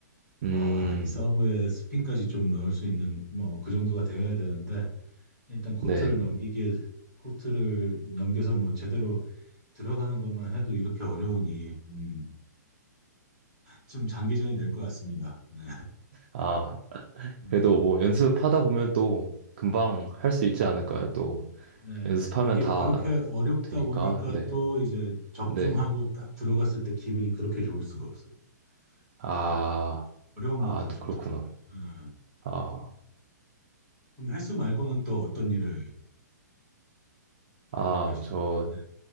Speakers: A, on the right (about 35°); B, in the centre.
A: 음,
B: 아, 이 서브에 스핀까지 좀 넣을 수 있는 뭐 그 정도가 되어야 되는데 일단 코트를
A: 네.
B: 넘기기에 코트를 넘겨서 뭐 제대로 들어가는 것만 해도 이렇게 어려우니 음, 좀 장기전이 될 것 같습니다. 네.
A: 아,
B: 음,
A: 그래도 뭐 연습하다 보면 또 금방 할 수 있지 않을까요? 또
B: 네.
A: 연습하면
B: 이게
A: 다
B: 그렇게 어렵다
A: 되니까.
B: 보니까
A: 네.
B: 또 이제 적중하고
A: 네.
B: 딱 들어갔을 때 기분이 그렇게 좋을 수가 없어요.
A: 아,
B: 네. 어려운
A: 아,
B: 만큼
A: 또
B: 좋더라고요.
A: 그렇구나.
B: 네.
A: 아,
B: 그럼 헬스 말고는 또 어떤 일을
A: 아,
B: 하고 계십니다.
A: 저
B: 네,